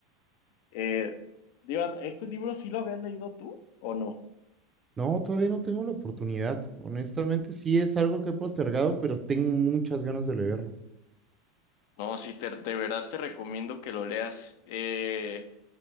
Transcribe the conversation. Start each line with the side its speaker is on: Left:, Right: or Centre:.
Left: Eh, Divan, ¿este libro sí lo habías leído tú o no?
Right: No, todavía no tengo la oportunidad. Honestamente, sí es algo que he postergado, pero tengo muchas ganas de leerlo.
Left: No, sí, te- de verdad te recomiendo que lo leas. Eh,